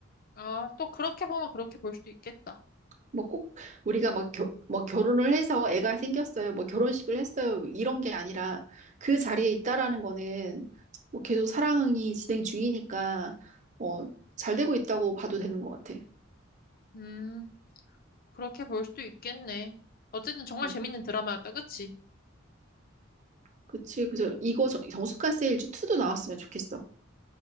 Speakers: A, on the left; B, on the right.
A: 아, 또 그렇게 보면 그렇게 볼 수도 있겠다.
B: 뭐 꼭 우리가 막, 겨, 뭐 결혼을 해서 애가 생겼어요. 뭐 결혼식을 했어요. 이런 게 아니라 그 자리에 있다라는 거는 뭐 계속 사랑이 진행 중이니까, 어, 잘 되고 있다고 봐도 되는 것 같아.
A: 음, 그렇게 볼 수도 있겠네. 어쨌든 정말
B: 음.
A: 재밌는 드라마였다, 그치?
B: 그치. 그래서 이거 저- 정수가 세일즈 2도 나왔으면 좋겠어.